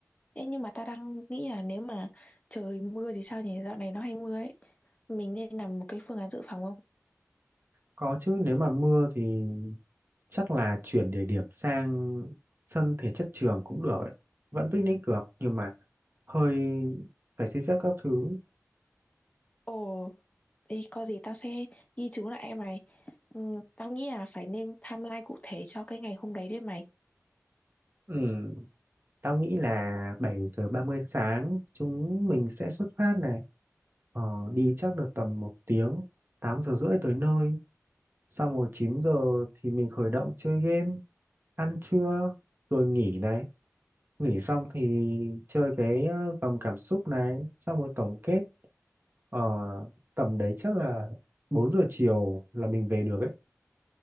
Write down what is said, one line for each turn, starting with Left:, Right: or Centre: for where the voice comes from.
Left: Ê, nhưng mà tao đang nghĩ là nếu mà trời mưa thì sao nhỉ dạo này nó hay mưa ấy mình nên làm một cái phương án dự phòng không
Right: Có chứ nếu mà mưa thì chắc là chuyển địa điểm sang sân thể chất trường cũng được ấy. Vẫn picnic được nhưng mà hơi phải xin phép các thứ.
Left: ồ thì có gì tao sẽ ghi chú lại em mày ừ, tao nghĩ là phải nên timeline cụ thể cho cái ngày hôm đấy đấy mày
Right: Ừ, tao nghĩ là 7 giờ 30 sáng chúng mình sẽ xuất phát này. Ờ, đi chắc được tầm một tiếng, 8 giờ rưỡi tới nơi. xong rồi 9 giờ thì mình khởi động chơi game ăn trưa rồi nghỉ này nghỉ xong thì chơi cái ờ, vòng cảm xúc này xong rồi tổng kết ở tầm đấy chắc là 4 giờ chiều là mình về được ấy